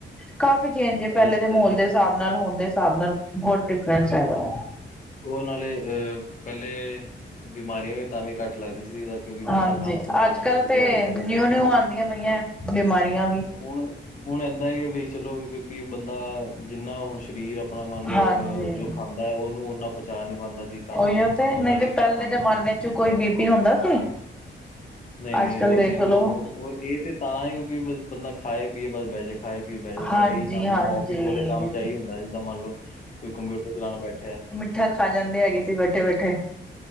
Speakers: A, in the centre; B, on the left.
A: ਕਾਫੀ ਚੇਂਜ ਏ ਪੈਲੇ
B: ਇਹ ਚੀਜ਼ਾਂ
A: ਦੇ ਮਾਹੌਲ
B: ਦਾ
A: ਦੇ ਹਿ ਹਸਾਬ ਨਾਲ ਹੋਣ ਦੇ ਸਾਬ ਨਾਲ ਬੋਹਤ ਡਿਫਰੈਂਸ ਹੈਗਾ।
B: ਓ ਨਾਲੇ ਅ ਪੈਲੇ ਬਿਮਾਰੀਆਂ ਵੀ ਤਾਂਵੀ ਘੱਟ ਲੱਗਦੀ ਸੀ ਕਿਉਂਕਿ ਬੰਦਾ
A: ਹਾਂਜੀ
B: ਕੰਮ-ਕੁਮ ਕਰ
A: ਅੱਜ
B: ਲੈਂਦਾ
A: ਕੱਲ੍ਹ
B: ਸੀ,
A: ਤੇ
B: ਦਿਹਾੜੀ ਕਰ ਲੈਂਦਾ
A: ਨਿਊ
B: ਸੀ।
A: ਨਿਊ ਆਉਂਦੀਆਂ ਪਈਆਂ ਬਿਮਾਰੀਆਂ ਵੀ
B: ਹੁਣ ਹੁਣ ਏਦਾਂ ਕਿ ਬਈ ਚਲੋ, ਕਿਉਂਕਿ ਬੰਦਾ ਜਿੰਨਾ ਹੁਣ ਸਰੀਰ ਆਪਣਾ ਮੰਨ ਲੋ
A: ਹਾਂਜੀ।
B: ਅਹ ਜੋ ਖਾਂਦਾ ਓਨੂੰ ਓਨਾਂ ਪਚਾ ਨੀ ਪਾਂਦਾ ਸੀ, ਕੰਮ
A: ਉਹੀਓ ਤੇ
B: ਓਨਾ
A: ਨਹੀਂ ਤੇ
B: ਨੀ ਕਰ
A: ਪਹਿਲੇ
B: ਪਾਂਦਾ।
A: ਜਮਾਨੇ ਚ ਕੋਈ ਬੀਪੀ ਹੁੰਦਾ ਸੀ
B: ਨਈ-ਨਈ
A: ਅੱਜ ਕੱਲ
B: ਓ
A: ਦੇਖ
B: ਚੀਜ਼ ਤੇ
A: ਲੋ
B: ਕੁਝ ਏ ਤੇ ਤਾਂ ਏ ਕਿਉਕਿ ਬੰਦਾ ਖਾਏ-ਪੀਏ ਤੇ ਬਸ ਬੈਜੇ। ਖਾਏ-ਪੀਏ ਬਹਿ ਜੇ, ਬਸ
A: ਹਾਂਜੀ
B: ਏਹੀ ਕੰਮ
A: ਹਾਂਜੀ
B: ਏ। ਓ ਆੱਫਿਸ ਵਾਲੇ ਕੰਮ ਚ ਏਹੀ ਹੁੰਦਾ, ਜਿੱਦਾਂ ਮੰਨ ਲਓ ਕੋਈ ਕੰਪਿਊਟਰ ਚਲਾਣ ਬੈਠੇਆ।
A: ਮੀਠਾ ਖਾ ਜਾਂਦੇ ਹੈਗੇ ਸੀ, ਬੈਠੇ-ਬੈਠੇ